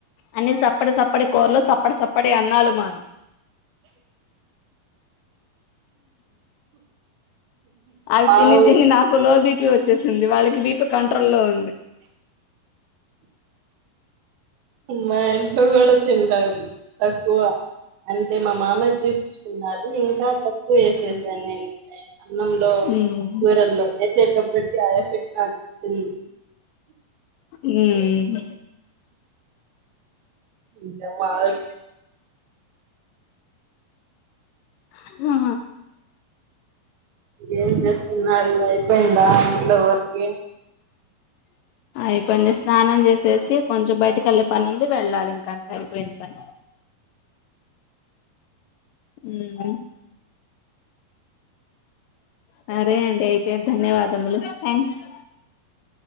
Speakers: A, on the left; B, on the right.
A: అన్ని సప్పడి సప్పడి కూర్లో సప్పడి సప్ సప్పడి అన్నాలు మాక్ అవి
B: మా
A: తిని తిని నాకు లో బీపి వచ్చేసింది వాళ్ళకి బీపీ కంట్రోల్ లో ఉంది
B: మా ఇంట్లో కూడా తింటారు తక్కువ అంటే మా మామయ్య కి స్తున్నారు ఇంకా తక్కు వేసే నేను అన్నంలో
A: ఉమ్
B: కూరల్లో వేసేటప్పటికీ ఆ ఎఫెక్ట్ నాకు హ్మ్
A: హ్మ్
B: ఇంక మామూలుగా
A: హా
B: ఏం చేస్తున్నారు అయిపోయిందా ఇంట్లో వర్కి
A: అయిపోయింది స్నానం చేసేసి కొంచెం బయటికెల్లె పని ఉంది వెళ్ళాలి ఇంక అంతే అయిపోయింది పని హ్మ్ సరే అండి అయితే ధన్యవాదములు థ్యాంక్స్